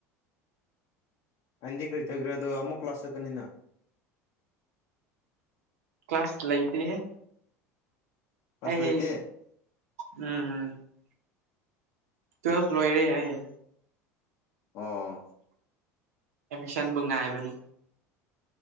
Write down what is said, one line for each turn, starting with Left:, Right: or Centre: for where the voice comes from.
Left: ꯑꯟꯗꯤ ꯀꯔꯤ ꯇꯒ꯭ꯔꯥ ꯑꯗꯣ ꯑꯃꯨꯛ ꯂꯥꯛꯁ ꯆꯥꯠꯀꯅꯤꯅ
Right: ꯀ꯭ꯂꯥꯁ ꯂꯩꯥꯏꯇꯦꯍꯦ ꯑꯩ
Left: ꯀ꯭ꯂꯥꯁ ꯂꯩꯇꯦ
Right: ꯎꯝ ꯎꯝ ꯇ꯭ꯋꯦꯜꯚ ꯂꯣꯏꯔꯦ ꯑꯩ
Left: ꯑꯣ
Right: ꯑꯦꯃꯤꯁꯟꯕꯨ ꯉꯥꯏꯕꯅꯤ